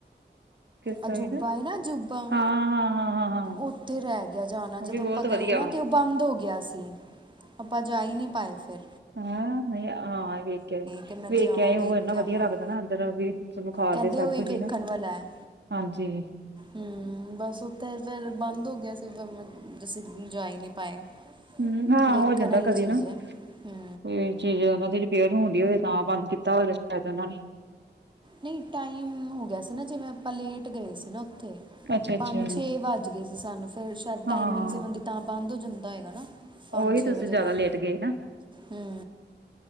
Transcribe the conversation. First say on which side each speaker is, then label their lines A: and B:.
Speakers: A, on the right; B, on the right.
A: ਕਿਸ ਸਾਈਡ
B: ਅਜੂਬਾ ਏ ਨਾ ਅਜੂਬਾ,
A: ਹਾਂ-ਹਾਂ-ਹਾਂ-ਹਾਂ-ਹਾਂ
B: ਓਥੇ ਰੈਗੇਆ ਜਾਨਾ
A: ਉਹ
B: ਜਦੋਂ
A: ਵੀ ਬਹੁਤ
B: ਆਪਾਂ ਗਏ
A: ਵਧੀਆ
B: ਨਾ
A: ਵਾ
B: ਤੇ ਬਾੰਦ ਹੋਗੇਆ ਸੀ, ਆਪਾਂ ਜਾਈ ਨੀ‌ ਪਾਏ ਫੇਰ
A: ਹੈਂ ਨਈ ਹਾਂ ਵੇਥਆ,
B: ਕਿ ਮੈਂ
A: ਵੇਖਆ
B: ਜਾਵਾਂ ਵੇਖ
A: ਓ ਐਨਾ
B: ਕੇ ਆਵਾਂ
A: ਵਦੀਆ ਲੱਗਦਾ ਨਾ ਅੰਦਰ ਦਾ ਵੀ ਬੁਖਾਰ
B: ਕਹਿੰਦੇ
A: ਦੇ ਸਾੱਭ
B: ਉਹੀ
A: ਕੁਝ ਈ
B: ਵੇਖਣ
A: ਨਾ,
B: ਵਾਲਾ ਹੈ।
A: ਹਾਂਜੀ।
B: ਹੂੰ, ਬਾੱਸ ਓਤੇ ਫੇਰ ਬੰਦ ਹੋਗੇਆ ਸੀ, ਫੇਰ ਮੈ ਅਸੀਂ ਜਾ ਈ ਨੀ ਪਾਏ,
A: ਹੂੰ ਹਾਂ
B: ਵੇਖਨ
A: ਹੋ ਜਾਂਦਾ
B: ਆਲੀ
A: ਕਦੇ
B: ਚੀਜ਼
A: ਨਾ
B: ਐ। ਹੂੰ
A: ਕੋਈ ਚੀਜ਼ ਓਨਾਂ ਦੀ ਰਿਪੇਅਰ ਹੋਦੀ ਹੋਵੇ, ਤਾਂ ਬਾੰਦ ਕੀਤਾ ਹੋਵੇ ਸ਼ਾਏਦ ਓਨਾਂ ਨੇ
B: ਨਹੀ ਟਾਈਮ ਹੋ ਗਿਆ ਸੀ ਨਾ ਜਿਵੇਂ, ਆਪਾਂ ਲੇਟ ਗਏ ਸੀ ਨਾ ਉੱਥੇ।
A: ਅੱਛਾ ਅੱਛਾ
B: ਪੰਜ ਛੇ ਵੱਜ ਗਏ ਸੀ ਸਾਨੂੰ। ਫਿਰ ਸ਼ਾਇਦ
A: ਹਾਂ
B: ਟਾਈਮਿੰਗ ਉਹਨਾਂ ਦੀ ਤਾਂ ਬੰਦ ਹੋ ਜਾਂਦਾ ਹੈਗਾ ਨਾ। ਪੰਜ
A: ਉਹੀ
B: ਛੇ
A: ਤੁਸੀਂ
B: ਵਜੇ
A: ਜ਼ਿਆਦਾ
B: ਨਾਲ,
A: ਲੇਟ ਗਏ ਨਾ
B: ਹੂੰ।